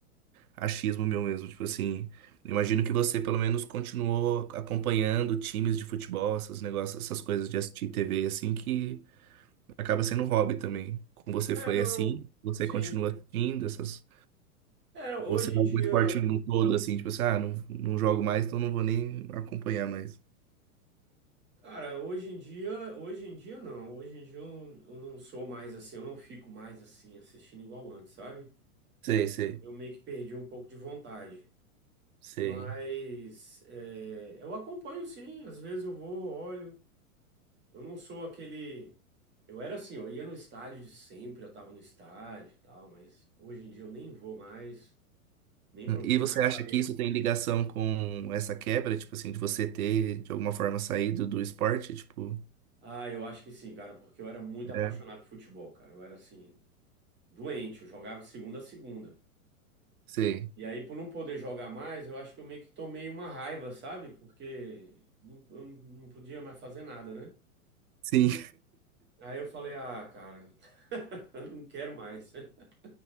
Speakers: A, on the right; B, on the right.
A: achismo meu mesmo. Tipo assim, imagino que você pelo menos continuou acompanhando times de futebol, esses negócios, essas coisas de assistir TV, assim, que acaba sendo um hobby também. Com você
B: É,
A: foi
B: não,
A: assim, você
B: sim.
A: continua assistindo essas.
B: É, hoje
A: Ou você dá
B: em
A: algum
B: dia,
A: esporte no todo, assim, tipo assim, ah, não, não jogo mais, então não vou nem acompanhar mais.
B: cara, hoje em dia, hoje em dia não. Hoje em dia eu, não- eu não sou mais assim, eu não fico mais assim, assistindo igual antes, sabe?
A: Sei, sei,
B: Eu meio que perdi um pouco de vontade.
A: sei.
B: Mas é, eu acompanho sim, às vezes eu vou, olho. Eu não sou aquele. Eu era assim, eu ia no estádio de sempre, eu tava no estádio e tal, mas hoje em dia eu nem vou mais, nem procuro
A: E você
B: mais
A: acha
B: saber.
A: que isso tem ligação com essa quebra, tipo assim, de você ter, de alguma forma, saído do esporte? Tipo,
B: Ah, eu acho que sim, cara, porque eu era muito apaixonado
A: é,
B: por futebol, cara. Eu era assim, doente, eu jogava de segunda a segunda.
A: sei.
B: E aí, por não poder jogar mais, eu acho que eu meio que tomei uma raiva, sabe? Porque não, eu não podia mais fazer nada, né?
A: Sim,
B: Aí eu falei, ah, cara, <laughs> eu não quero mais. <laughs>